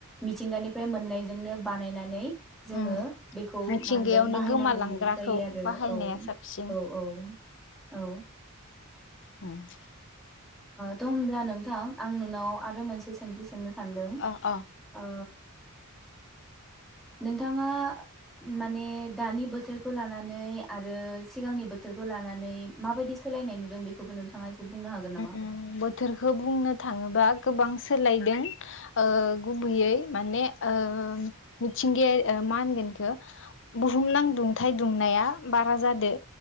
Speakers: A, in the centre; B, on the left.
A: मिथिंगानिफ्राय मोननायजोंनो बानायनानै जोङो
B: उम
A: बेखौ
B: मिथिंगायावनो
A: मा होनगोन बाहायनांगौ
B: गोमालांग्राखौ
A: जायो आरो
B: बाहायनाया
A: औ
B: साबसिन।
A: औ औ। औ
B: हम
A: त हब्ला नोंथां आं नोंनाव आरो मोनसे सोंथि सोंनो सानदों।
B: अ अ
A: ओ नोंथाङा माने दानि बोथोरखौ लानानै आरो सिगांनि बोथोरखौ लानानै माबायदि सोलायनाय नुदों बेखौबो नोंथाङा एसे बुंनो हागोन नामा?
B: उम बोथोरखौ बुंनो थाङोबा गोबां सोलायदों। गुबैयै माने ओ मिथिंगायारि मा होनगोन बेखौ बुहुमनां दुंथाय दुंनाया बारा जादो